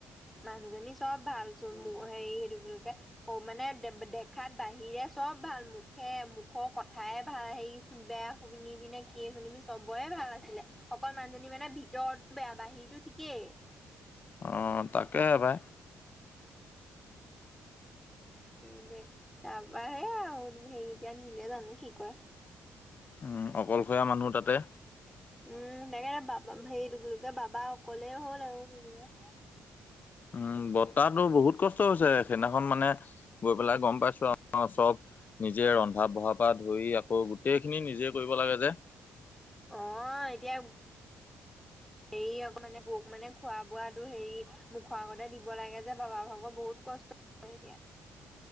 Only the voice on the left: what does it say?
অ' তাকে পাই।
উম অকলশৰীয়া মানুহ তাতে।
উম, বৰ্তাটোৰ বহুত কষ্ট হৈছে। সেইদিনাখন মানে গৈ পেলাই গম পাইছো আৰু চব নিজে ৰন্ধা-বঢ়াৰ পৰা ধৰি আকৌ গোটেইখিনি নিজে কৰিব লাগে যে।